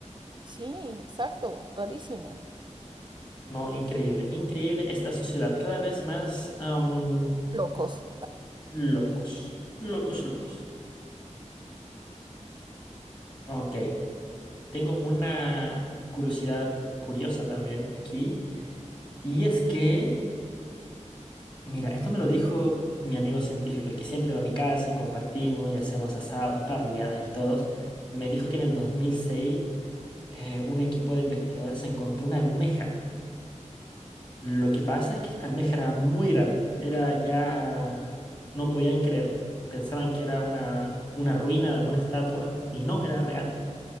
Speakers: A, on the right (about 35°); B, on the left (about 35°).
A: Sí, exacto, rarísimo.
B: No, increíble, increíble esta sociedad. Cada vez más am,
A: locos.
B: locos, locos, locos. Ok. Tengo una curiosidad curiosa también aquí, y es que, mira, esto me lo dijo mi amigo científico, el que siempre va a mi casa y compartimos y hacemos asados, parrilladas y todos, me dijo que en el 2006 eh, un equipo de investigadores encontró una almeja. Lo que pasa es que esta almeja era muy grande, era ya... no podían creerlo, pensaban que era una, una ruina de alguna estatua y no era real.